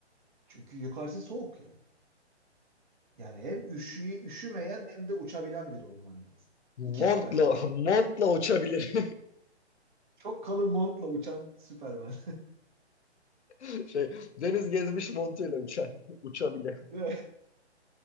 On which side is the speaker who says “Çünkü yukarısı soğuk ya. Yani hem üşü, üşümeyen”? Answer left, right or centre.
Right